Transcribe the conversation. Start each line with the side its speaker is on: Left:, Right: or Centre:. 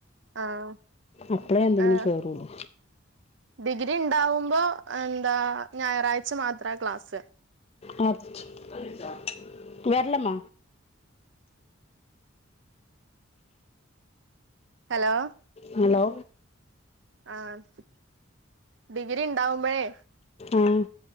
Right: ആഹ
Left: അപ്പളേ എന്തെങ്കിലും
Right: ആഹ്
Left: കേറുള്ളൂ
Right: ഡിഗ്രി ണ്ടാവുമ്പോ എന്താ ഞായറാഴ്ച മാത്ര ക്ലാസ്
Left: <inaudible> വരലമ്മ
Right: ഹലോ
Left: ഹലോ
Right: ആഹ് ഡിഗ്രി ഉണ്ടാവുമ്പായെ
Left: ആഹ്